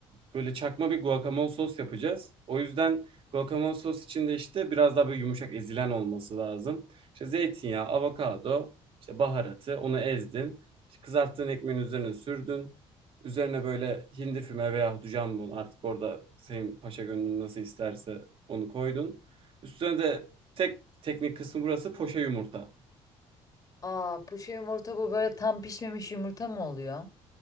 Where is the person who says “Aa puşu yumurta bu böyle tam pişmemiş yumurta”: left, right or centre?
Left